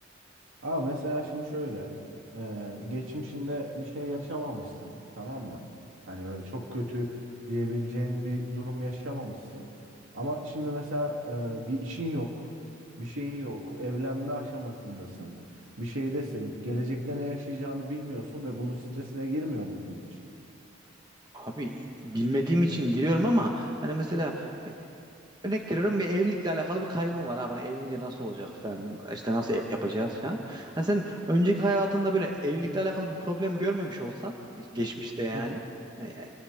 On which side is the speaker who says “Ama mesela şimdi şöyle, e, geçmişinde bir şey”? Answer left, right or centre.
Right